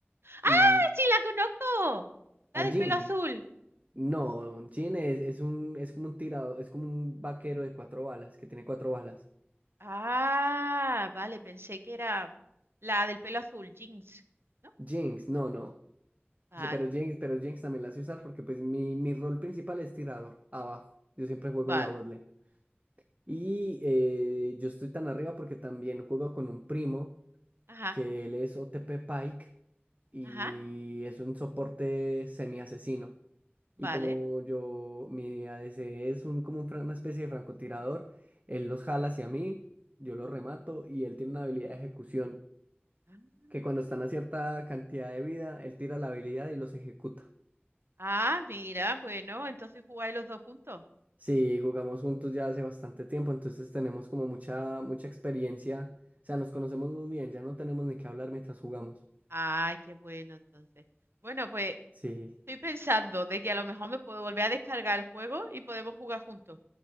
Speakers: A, on the right; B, on the right.
A: Y
B: Ah, sí, la conozco.
A: A
B: La del
A: Jin
B: pelo azul.
A: No, Jin es, es un, es como un tirado, es como un vaquero de cuatro balas, que tiene cuatro balas.
B: Ah, vale, pensé que era la del pelo azul, Jinx. ¿No?
A: Jinx, no, no.
B: Vale,
A: Ye- Pero Jinx, pero Jinx también la sé usar porque pues mi, mi rol principal es tirador, abajo. Yo siempre juego
B: vale.
A: en la botlane. Y eh, yo estoy tan arriba porque también juego con un primo
B: Ajá,
A: que él es OTP Pike y
B: ajá,
A: es un soporte semi-asesino.
B: vale.
A: Y como yo, mi ADC es un, como un fran- una especie de francotirador, él los jala hacia mí, yo los remato y él tiene una habilidad de ejecución,
B: Ah,
A: que cuando están a cierta cantidad de vida, él tira la habilidad y los ejecuta.
B: ah, mira, bueno, entonces jugáis los dos juntos.
A: Sí, jugamos juntos ya hace bastante tiempo, entonces tenemos como mucha, mucha experiencia, o sea, nos conocemos muy bien, ya no tenemos ni que hablar mientras jugamos.
B: Ay, qué bueno, entonces. Bueno, pues
A: Sí,
B: estoy pensando de que a lo mejor me puedo volver a descargar el juego y podemos jugar juntos.